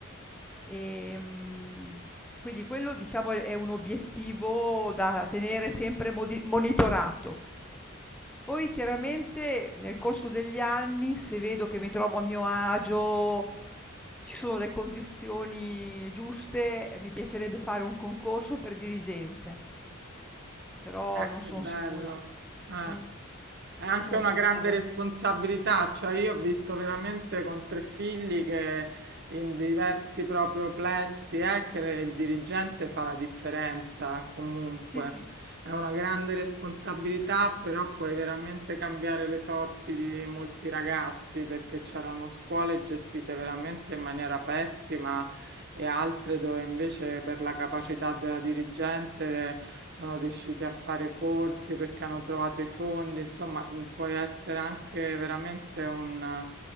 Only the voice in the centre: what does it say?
Ehm, quindi quello diciamo è è un obiettivo da tenere sempre modi monitorato. Poi chiaramente nel corso degli anni, se vedo che mi trovo a mio agio, se ci sono le condizioni giuste, eh, mi piacerebbe fare un concorso per dirigente, però non
sono
sicura.
Mm,
sono
sicura.
Sì, sì.